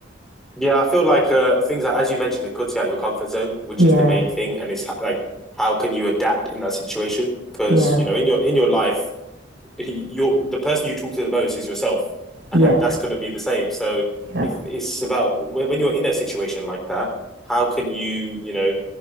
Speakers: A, in the centre; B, on the right.
A: Yeah, I feel like uh, things that, as you mentioned, it puts you out your comfort zone, which
B: Yeah,
A: is the main thing, and it's h- like how can you adapt in that situation? Because
B: yeah,
A: you know, in your in your life, <laughs> you're the person you talk to the most is yourself, <laughs>
B: yep,
A: and that's going to be the same. So
B: yep,
A: if it's about when when you're in a situation like that, how can you you know